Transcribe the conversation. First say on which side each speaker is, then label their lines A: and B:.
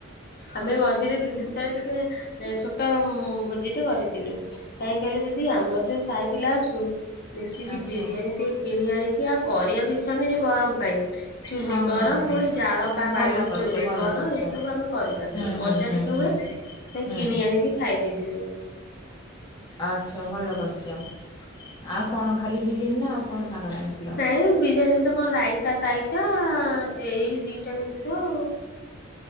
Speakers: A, on the left; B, on the left.
A: ଆମେ ମଝିରେ ଦି ଦିନ ତଳେ ଟିକେ ଛୋଟ ଭୋଜି ଟେ କରିଥିଲୁ। କାହିଁ କହିଲେ ଦିଦି ଆମର ଯୋଉ ସାହି ପିଲା ଅଛୁ ମିଶିକି
B: ଆଚ୍ଛା
A: ବିରିୟାନୀ ଟିକେ କିଣି ଆଣିକି ଆଉ କରିବାକୁ ଇଚ୍ଛା ନାହିଁ ଯେ ଗରମ ପାଇଁ ଚୁଲି
B: ହଁ
A: କର
B: ହଁ ହଁ
A: ପୁଣି ଜାଳ କାହା
B: ଭଲ
A: ବାଡିରୁ
B: କରିଛ
A: ଚୋରି
B: ଭଲ
A: କର
B: କରିଛ
A: ଏସବୁ ଆମେ କରିପାରିଲ
B: ହୁଁ ହୁଁ
A: ମଜା
B: ହୁଁ
A: ଟିକେ
B: ହୁଁ
A: ହୁଏ ସେ
B: ହୁଁ
A: କିଣି ଆଣିକି ଖାଇ ଦେଇଥିଲୁ।
B: ଆଚ୍ଛା ଭଲ କରିଚ ଆଉ କଣ ଖାଲି ବିରିୟାନୀ ନା ଆଉ କଣ ସାଙ୍ଗରେ ଆଣିଥୁ
A: ନାଇଁ ବିରିୟାନୀ ତ କଣ ରାଇତା ତାଇତା ଏଇ ଦିଟା ଜିନିଷ ଆଉ